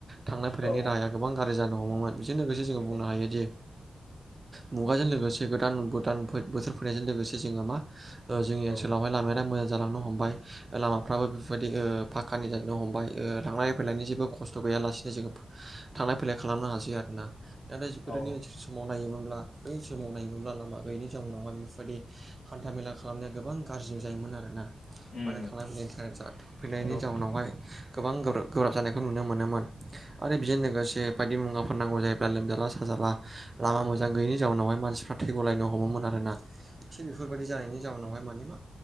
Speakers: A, on the right; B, on the left.
A: थांनाय फैलायनि
B: औ
A: राहाया गोबां गारजि जानो हमोमोन बेजों लोगोसे जोङो
B: औ
A: बुंनो हायोदि मुगाजों लोगोसे गोदान गोदान बोथोर फैनायजों लोगोसे जों मा ओ जोंनि
B: औ
A: ओनसोलावहाय लामाया मोजां जालांनो हमबाय लामाफ्राबो बेफोरबायदि ओ पाखानि जनो हमबाय थांलाय फैलायनि जेबो खस्थ' गैयालासिनो जोङो थांलाय फैलाय खालामनो हासै आरोना नाथाय
B: औ
A: गोदोनि ओनसोलाव समाव नायोमोनब्ला बै समाव नायोमोनब्ला लामा गैयिनि जउनाव मा बेफोरबायदि हान्था मेला खालामनाया गोबां गाज्रि जायोमोन आरोना
B: उम
A: मानोे थांलाय फैनायनि
B: नंगौ
A: जाउन जाउनावहाय गोबां गोब्राब जानायखौ नुनो मोनोमोन। आरो बेजों लोगोसे बायदि मुवाफोर नांगौ जायोब्ला लोमजाला साजाला लामा मोजां गैयिनि जाउनावहाय मानसिफ्रा थैगलायनो हमोमोन आरोना थिग बेफोरबायदि जानायनि जाउनावहाय माने मा